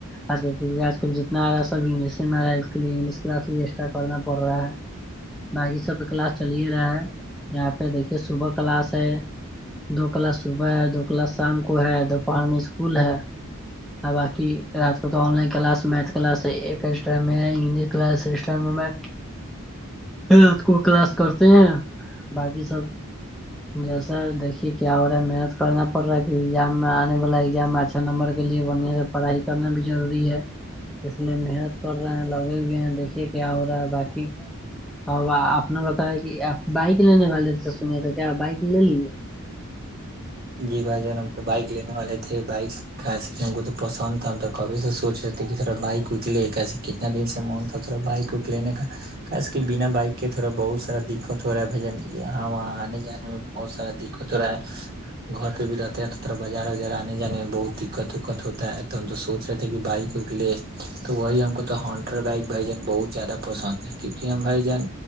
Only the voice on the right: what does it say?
جی بھائی جان ہم تو بائک لینے والے تھے بائک کیسے ہم کو تو پسند تھا تو کبھی سے سو رہے تھے کہ تھا بائک اکلے کیسے کتنا دن سے من تھاا بائک کوک لینے کا خ س کہ بنا بائک کے تھوڑا بہت سارا دقت ہو رہا ہے بھجن یہاں وہاں آنے جانے میں بہت سارا د کچورا ہے گھر پہ بھی رہتے ہیں تو طرا بازار وازار آنے جانے میں بہت دقت وکقت ہوتا ہے تو ہم تو سوچ رہتے ہیں کہ بائک کے لیے تو وہی ہم کو تو ہنٹر بائک بھائی جان بہت زیادہ پسند ہے کیونکہ ہم بھائی جان